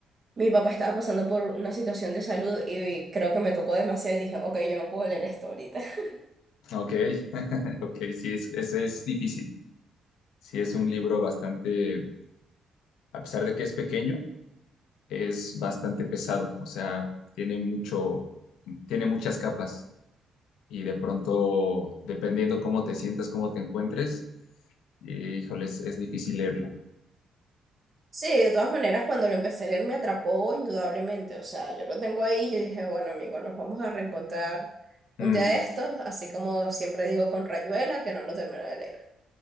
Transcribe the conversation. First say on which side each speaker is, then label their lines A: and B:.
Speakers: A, on the right; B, on the left.
A: mi papá estaba pasando por una situación de salud y creo que me tocó demasiado y dije, ok, yo no puedo leer esto ahorita. <laughs>
B: ok, <laughs> ok, sí, es, es, es difícil. Sí, es un libro bastante, a pesar de que es pequeño, es bastante pesado, o sea, tiene mucho, tiene muchas capas y de pronto, dependiendo cómo te sientas, cómo te encuentres, eh, híjole, es, es difícil leerlo.
A: Sí, de todas maneras, cuando lo empecé a leer me atrapó indudablemente, o sea, yo lo tengo ahí, yo dije, bueno, amigo, nos vamos a reencontrar un
B: Mm.
A: día de estos, así como siempre digo con Rayuela, que no lo termino de leer.